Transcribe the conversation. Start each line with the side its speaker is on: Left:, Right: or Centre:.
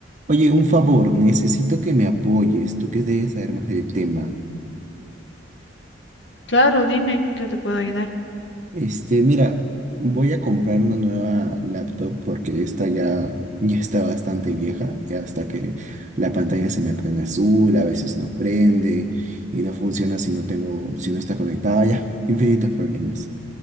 Right: Oye, un favor, necesito que me apoyes, tú que debes saber más del tema.
Left: Claro, dime, ¿qué te puedo ayudar?
Right: Este, mira, voy a comprar una nueva laptop porque esta ya, ya está bastante vieja, ya hasta que la pantalla se me prende azul, a veces no prende y no funciona si no tengo, si no está conectada, ya, infinitos problemas.